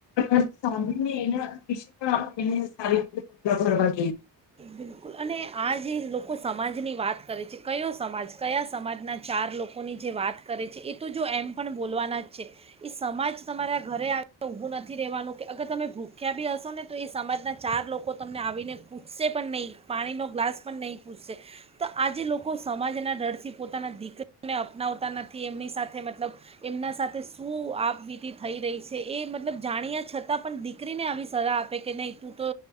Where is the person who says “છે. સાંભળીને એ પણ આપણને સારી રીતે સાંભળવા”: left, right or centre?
Left